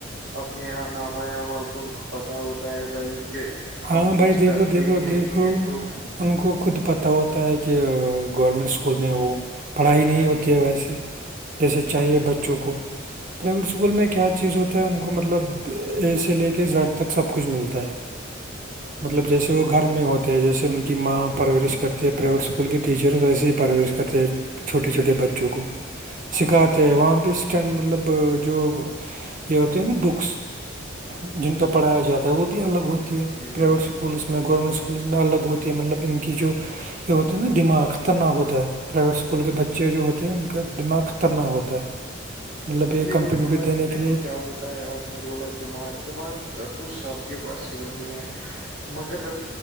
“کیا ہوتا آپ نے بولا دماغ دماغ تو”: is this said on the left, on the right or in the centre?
Right